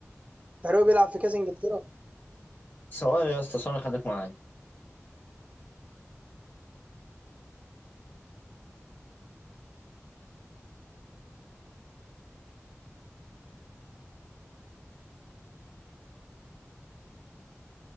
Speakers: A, on the right; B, on the left.
A: فاروق بيلعب في كاس انجلترا
B: سواء يا اسطى سواء خليك معايا